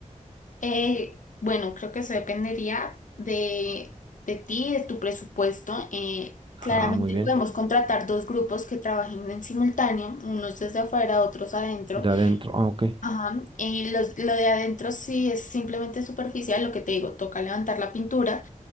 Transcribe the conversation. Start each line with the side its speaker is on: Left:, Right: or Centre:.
Left: Eh, bueno, creo que eso dependería de, de ti, de tu presupuesto. Eh,
Right: Ah,
Left: claramente
Right: muy bien.
Left: podemos contratar dos grupos que trabajen en simultáneo, unos desde afuera, otros adentro.
Right: De adentro. Ah, ok.
Left: Ajá. Y los- lo de adentro sí es simplemente superficial, lo que te digo, toca levantar la pintura.